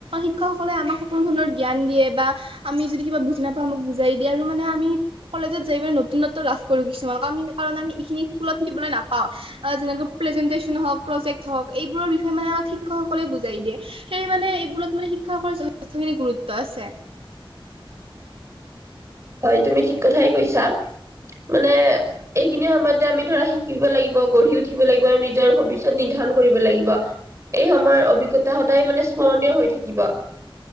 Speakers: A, on the right; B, on the right.
A: শিক্ষকসকলে আমাক সকলো ধৰণৰ জ্ঞান দিয়ে বা। আমি যদি কিবা বুজি নাপাওঁ আমাক বুজাই দিয়া আৰু মানে আমি কলেজত যাই পিনে নতুন নতুন। লাভ কৰো কিছুমানক আমি কাৰণ আমি এইখিনি স্কুল শিকিবলে নাপাওঁ যেনেকৈ। প্ৰেজেণ্টেছন হওক প্ৰজেক্ট হওক এইবোৰৰ বিষয় মানে আমাক শিক্ষয়ক সকলে বুজাই দিয়ে। সেই মানে এইবোৰত মানে শিক্ষয়কৰ যথেষ্টখিনি গুৰুত্ব আছে।
B: হয় তুমি ঠিক কথাই কৈছা মানে। এইখিনি সময়তে আমি ধৰা শিকিব লাগিব, গঢ়ি উঠিব লাগিব আৰু নিজৰ ভৱিষ্যত নিৰ্ধাৰণ কৰিব লাগিব। এই সময় অভিজ্ঞতা সদায় মানে স্মৰণীয় হৈ থাকিব।